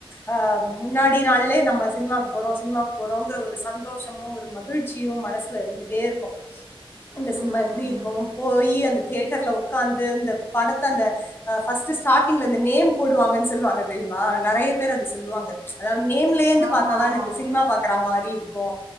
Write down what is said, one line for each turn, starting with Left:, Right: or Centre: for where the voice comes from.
Left: ஆ முன்னாடி நாள்லே நம் சினிமாக்கு போறோ சினிமாக்கு போறோங்கிற ஒரு சந்தோஷமு ஒரு மகிழ்ச்சியு மனசுல இருந்துட்டே இருக்கு அந்த
Right: ம்
Left: சினிமா எப்பிடி இருக்கு போயி அந்த தியேட்டர்ல உக்காந் து அந்த படத்த அந்த ஆ ஃபஸ்ட்டு ஸ்டாட்டிங்ல அந்த நேம் போடுவாங்கன் சொல்வாங்க தெரியுமா நெறைய பேர் அது சொல்லுவாங்க அதா வந் நேம்லேர்ந்து
Right: ஆமாம்
Left: பாத்தாதா எனக்கு
Right: ஆமாம்
Left: சினிமா பாக்கறா மாரி இரு க்கு